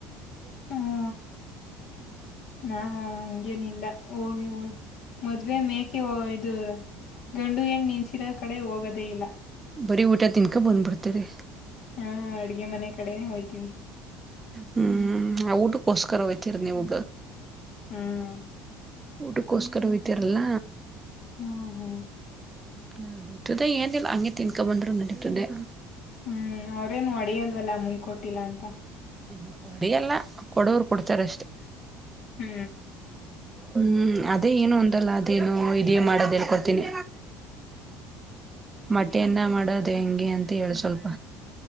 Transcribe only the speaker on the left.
ಹ್ಮ ನಾನ ಹಂಗೇನಿಲ್ಲ ಹೋಗೀ ಹೋಗಿ ಮದ್ವೆ ಮೇಕೆ ಇದು ಗಂಡು ಹೆಣ್ಣು ನಿಸಿರೋ ಕಡೆ ಹೋಗೋದೇ ಇಲ್ಲ.
ಹಾ ಅಡ್ಗೆ ಮನೆ ಕಡೆನೆ ಹೋಯ್ತೀವಿ.
ಹ್ಮ್
ಹ್ಮ ಹೋ
ಹ್ಮ್ ಅವ್ರೇನು ಹೋಡಿಯಲ್ವಲ್ಲ ಮುಯ್ಕ ಕೊಟ್ಟಿಲ್ಲಾ ಅಂತ.
ಹ್ಮ್